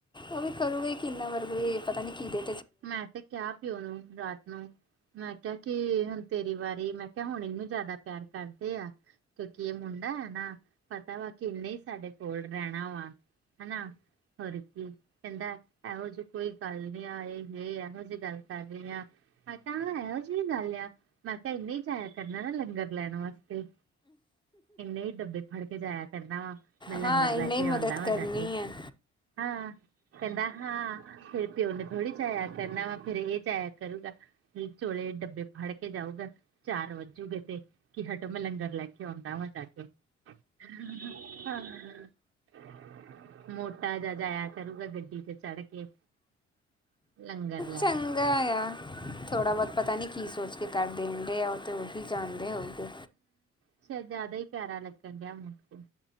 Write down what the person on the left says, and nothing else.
ਉਹ ਵੀ ਕਰੂਗੇ ਕਿੰਨਾ ਵਰਗੇ ਪਤਾ ਨੀ ਕੀ ਦੇ
ਹਾਂ ਇੰਨਾ
ਹੀ ਮਦਦ
ਕਰਨੀ
ਹੈ
ਚੰ ਗਾ ਹੋਇਆ ਥੋੜਾ ਬਹੁਤ ਪਤਾ ਨੀ ਕੀ ਸੋਚ ਕੇ ਕਰ ਦੇਣ ਦੇ ਆ ਉਹ ਤੇ ਉਹੀ ਜਾਣਦੇ ਹੋਊਗੇ